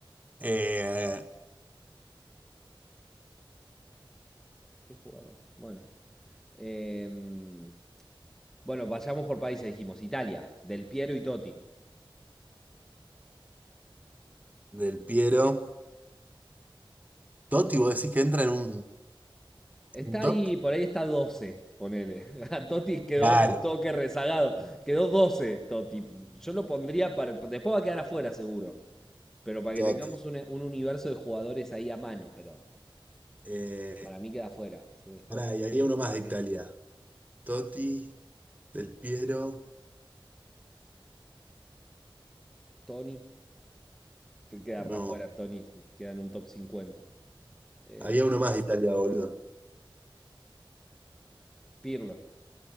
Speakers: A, on the right; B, in the centre.
A: Eh,
B: Qué jugador. Bueno. Em, bueno, vayamos por países, dijimos. Italia, Del Piero y Totti.
A: del Piero. Totti, vos decís que entra en un
B: Está
A: ¿Un
B: ahí,
A: top?
B: por ahí está doce ponele. <laughs> A Totti quedó
A: Claro,
B: un toque rezagado. Quedó 12 Totti. Yo lo pondría para. Después va a quedar afuera, seguro. Pero para que
A: Totti.
B: tengamos un, un universo de jugadores ahí a mano. Pero
A: Eh,
B: para mí queda afuera, sí.
A: pará, y había uno más de Italia. Totti, Del Piero.
B: Tony. Quedará
A: No,
B: afuera, Tony. Queda en un top cincuenta Eh,
A: había uno más de Italia, boludo.
B: Pirlo,